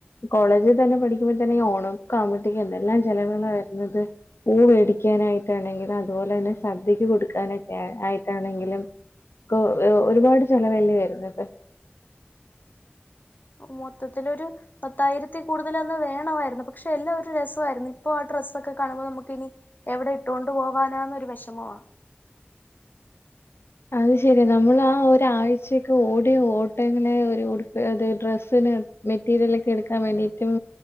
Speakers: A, on the left (about 85°); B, on the left (about 50°).
A: കോളേജി തന്നെ പഠിക്കുമ്പോത്തന്നെ ഓണോക്ക ആവുമ്പോത്തേക്കും എന്തെല്ലാം ചെലവുകളാ വരുന്നത് പൂ മേടിക്കാനായിട്ടാണെങ്കിലും അതുപോലെ തന്നെ സദ്യക്ക് കൊടുക്കാനൊക്കെ ആയിട്ടാണെങ്കിലും ക്കെ ഒ ഒരുപാട് ചെലവല്ലേ വരുന്നത്.
B: മൊത്തത്തിലൊരു പത്തായിരത്തി കൂടുതല് അന്ന് വേണവാരുന്നു പക്ഷേ എല്ലാം ഒരു രസവാരുന്നു ഇപ്പോ ആ ഡ്രസ്സൊക്കെ കാണുമ്പോ നമുക്ക് ഇനി എവിടെ ഇട്ടോണ്ട് പോവാനാന്നൊരു വെഷമവാ
A: അത് ശെരിയാ നമ്മള് ആ ഒരാഴ്ചയൊക്കെ ഓടിയ ഓട്ടങ്ങനെ ഒരു ഉടുപ്പി ഡ്രസ്സിന് മെറ്റീരിലക്കെ എടുക്കാൻ വേണ്ടിട്ടും